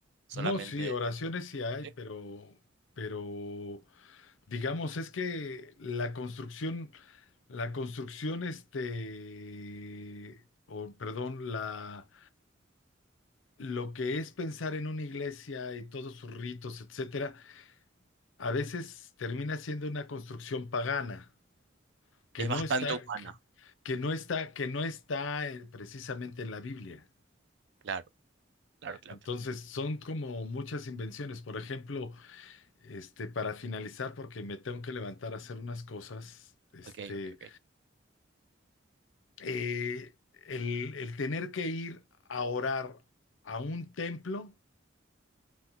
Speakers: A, on the right; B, on the left.
A: Solamente
B: No, sí, oraciones sí hay,
A: ¿sí?
B: pero, pero Digamos, es que la construcción, la construcción, este, o perdón, la, lo que es pensar en una iglesia y todos sus ritos, etcétera, a veces termina siendo una construcción pagana que
A: es
B: no
A: bastante
B: está,
A: humana.
B: que, que no está, que no está eh, precisamente en la Biblia.
A: Claro, claro, claro,
B: Entonces,
A: claro.
B: son como muchas invenciones. Por ejemplo, este, para finalizar, porque me tengo que levantar a hacer unas cosas, este.
A: Ok, ok, ok.
B: eh, el, el tener que ir a orar a un templo,